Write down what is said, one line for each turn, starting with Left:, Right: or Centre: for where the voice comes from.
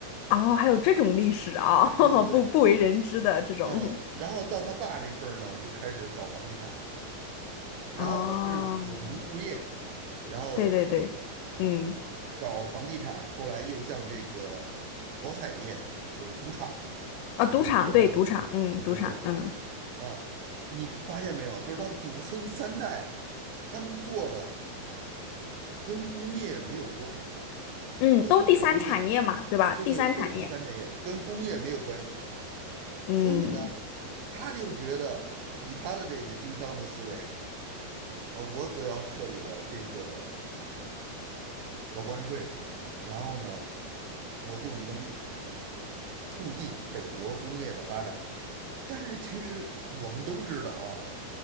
Left: 哦，还有这种历史啊，
Right: 对对对，
Left: <laughs> 不不为人知的这种，
Right: 嗯，然后到他爸这辈儿呢，就开始搞房地产。然后他是子承父业，
Left: 哦。
Right: 然后
Left: 对对对，嗯，
Right: 搞房地产，后来又向这个博彩业，就是赌场，
Left: 啊，
Right: 然后就扩张。
Left: 赌场，对，赌场，嗯，
Right: 对对对，
Left: 赌场，嗯
Right: 啊，你发现没有？就是他祖孙三代，他们做的跟工业没有关，
Left: 嗯，
Right: 没有做过工业，
Left: 都第三产业嘛，对吧？
Right: 这对？
Left: 第三产业，
Right: 都是第三产业，跟工业没有关系。
Left: 嗯
Right: 所以呢，他就觉得以他的这个经商的思维，呃，我只要设立了这个。搞关税，然后呢，我就能促进北国工业的发展。但是其实我们都知道啊，